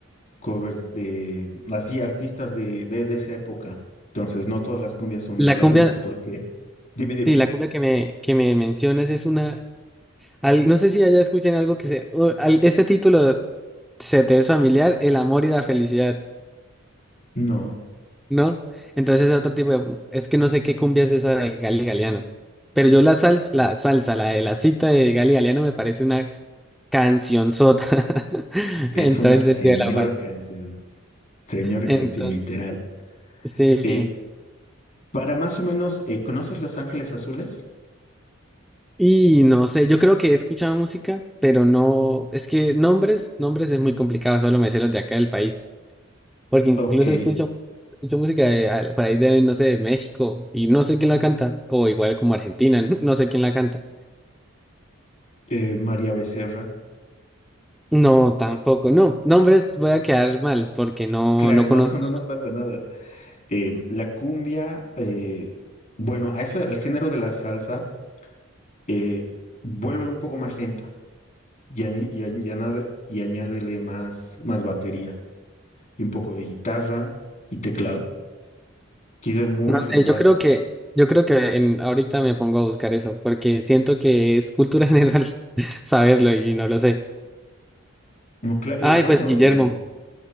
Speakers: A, on the left; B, in the centre.
A: covers de, así, artistas de, de, de esa época. Entonces, no todas las cumbias son
B: la
A: bailables
B: cumbia,
A: porque, dime, dime,
B: sí, la cumbia que me, que me mencionas es una, al- no sé si allá escuchen algo que se, o al- este título se te es familiar el amor y la felicidad,
A: no,
B: ¿no? Entonces es otro tipo de, es que no sé qué cumbia es esa de Gali Galeano, pero yo la sal, la salsa, la de la cita de Gali Galeano me parece una cancionzota <laughs>
A: es
B: en
A: una
B: todo el
A: señor
B: sentido de la palabra.
A: canción, señor
B: Entonces,
A: canción literal.
B: sí.
A: Eh, para más o menos, eh, ¿conoces Los Ángeles Azules?
B: Y no sé, yo creo que he escuchado música, pero no, es que nombres, nombres es muy complicado, solo me sé los de acá del país. Porque incluso
A: Ok,
B: escucho, escucho música de, al- por ahí de, no sé, de México y no sé quién la canta. O igual como Argentina, <laughs> no sé quién la canta.
A: eh, María Becerra.
B: No, tampoco. No, nombres voy a quedar mal porque no,
A: Claro,
B: no
A: no,
B: conozco.
A: no, no, no pasa nada. Eh, la cumbia, eh, bueno, a eso, al género de la salsa, eh, vuélvelo un poco más lenta y, añ- y añ- y añade- y añádele más, más batería y un poco de guitarra y teclado. Quizás es muy
B: No
A: general.
B: sé, yo creo que, yo creo que en, ahorita me pongo a buscar eso porque siento que es cultura <laughs> general saberlo y no lo sé.
A: Mm, cla- eh,
B: Ay,
A: bueno,
B: pues Guillermo.
A: eh,